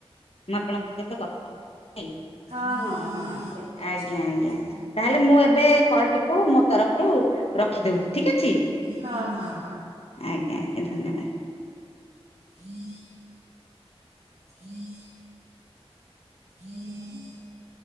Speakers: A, on the left; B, on the right.
A: ମୁ ଆପଣଙ୍କ ସହିତ କଥା ହେବି।
B: ହଁ ହଁ ହଁ ଠିକ ଅଛି
A: ଆଜ୍ଞା ଆଜ୍ଞା ତାହେଲେ
B: ହଁ
A: ମୁଁ ଏବେ କଲ ଟିକୁ ମୋ ତରଫରୁ ରଖ ଖି ଦଉଚି ଠିକ ଅଛି।
B: ହଁ ହଁ ହଁ।
A: ଆଜ୍ଞା ଆଜ୍ଞା ଧନ୍ୟବାଦ।
B: <inaudible> <inaudible> <inaudible>